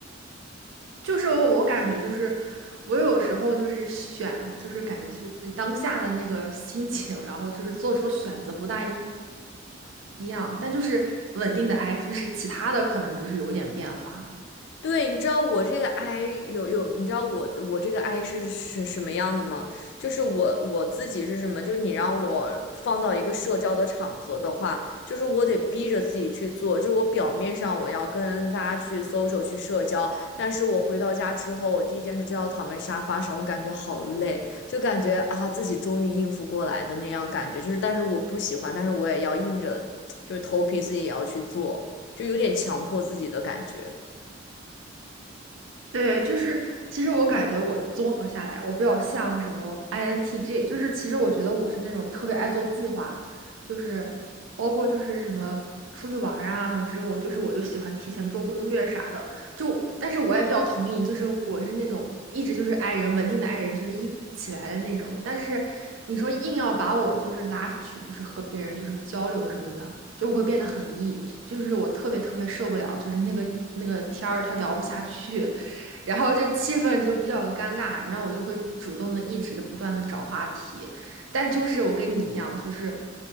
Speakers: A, on the right; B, on the left.
A: 就是我我感觉就是我有时候就是选，就是感觉就是当下的那个心情，然后就是做出的选择不大一一样，但就是稳定的 I，就是其他的可能就是有点变化。
B: 对，你知道我这个 I 有有，你知道我我这个 I 是是什么样的吗？就是我我自己是什么？就是你让我放到一个社交的场合的话，就是我得逼着自己去做，就是我表面上我要跟大家去 social 去社交，但是我回到家之后，我第一件事就要躺在沙发上，我感觉好累，就感觉啊自己终于应付过来的那样感觉，就是但是我不喜欢，但是我也要硬着，就是头皮自己也要去做，就有点强迫自己的感觉。
A: 对，就是其实我感觉我综合下来，我比较像什么 INTJ，就是其实我觉得我是那种特别爱做计划，就是包括就是什么出去玩儿啊，然后之后就是我就喜欢提前做攻略啥的。就但是我也比较同意，就是我是那种一直就是 i 人稳定的 i 人，就是一起来的那种。但是你说硬要把我就是拉出去，就是和别人就是交流什么的。就会变得很 E，就是我特别特别受不了，就是那个那个天儿他聊不下去，<laughs> 然后就气氛就比较尴尬，那我就会主动的一直的不断的找话题，但就是我跟你一样，就是